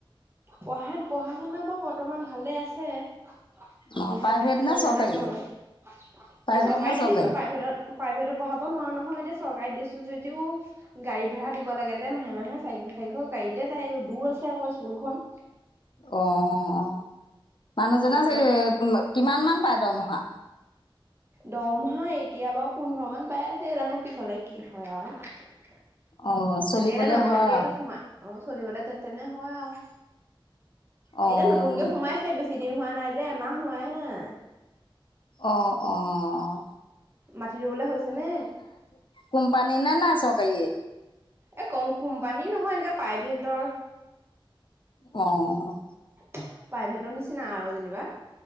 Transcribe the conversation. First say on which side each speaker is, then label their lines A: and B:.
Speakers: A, on the right (about 25°); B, on the left (about 60°).
A: পঢ়াত পঢ়া শুনা বাৰ বৰ্তমান ভালে আছে। তত
B: অ প্ৰাইভেট
A: কি
B: নে
A: কয়
B: চৰকাৰী
A: নাজানো আৰু এই
B: প্ৰাইভেট
A: চৰকাৰীতে
B: নে চৰকাৰী
A: দিছো প্ৰাইভেটত প্ৰাইভেটত বঢ়াব নোৱাৰো নহয় এতিয়া। চৰকাৰে দিছো যদিও গাড়ী ভাড়া দিব লাগে যে মাহে মাহে চাৰিশ চাৰিশ গাড়ীতে যায় দূৰ আছে আকৌ স্কুলখন।
B: অ' মানুহজনে
A: ওচৰত
B: সেই কিমান মান পায় দৰমহা?
A: দৰমহা এতিয়া বাৰু পোন্ধৰ মান পাই আছে জানো পিছলে কি হয় আৰু
B: অ 'চলিবলে
A: এতিয়া নতুনকে
B: হয়
A: এইটোত
B: আৰু
A: সোমাই অ' চলিবলে তেন্ত তেনে হয় আৰু
B: অ',
A: এতিয়া নতুনকে সোমাইছে বেছি। ছিদিন হোৱা নাই দেেই মাহ হোৱাই নাই।
B: অ'অ'
A: মাতি ৰুবলে হৈছে নে
B: কোম্পানী নে নাই চৰকাৰীয়ে?
A: এ ক কোম্পানী নহয় এনেকে প্ৰাইভেট। <inaudible>
B: অ'
A: প্ৰাইভেটৰ নিচিনা আৰু যেনিবা।